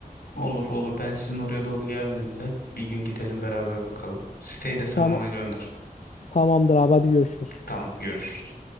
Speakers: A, on the left; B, on the left.
A: Olur olur. Ben sizin oraya doğru geldiğimde bir gün gidelim beraber bakalım. Siteyi de sen
B: Tamam,
A: bana gönder.
B: tamamdır abi hadi görüşürüz.
A: Tamam, görüşürüz.